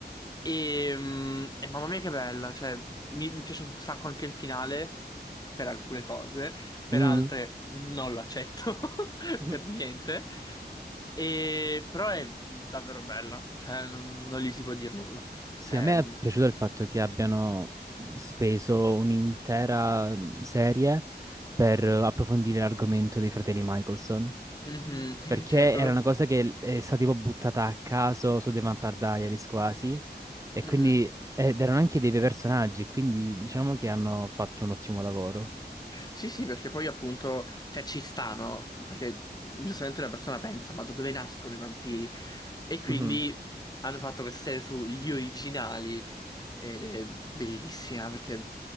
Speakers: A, on the left; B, on the right.
A: E, mh, e mamma mia che bella, cioè mi, mi piace un sacco anche il finale, per alcune cose, per
B: Mm.
A: altre non lo accetto <laughs>
B: <laughs>
A: per niente. E- però è davvero bella, cioè non, non gli si può dire nulla.
B: Sì,
A: Cioè,
B: a me è piaciuto il fatto che abbiano speso un'intera mm, serie per eh, approfondire l'argomento dei fratelli Michelson.
A: mhm,
B: Perché
A: cioè è proprio...
B: era una
A: f-
B: cosa che è stata tipo buttata a caso su The Vampire Diaries quasi. E
A: mhm.
B: quindi ed erano anche dei bei personaggi, quindi diciamo che hanno fatto un ottimo lavoro.
A: Sì, sì, perché poi appunto, cioè ci sta, no? Perché giustamente una persona pensa, ma da dove nascono i vampiri? E quindi
B: Mhm,
A: hanno fatto questa serie sugli originali ed è bellissima perché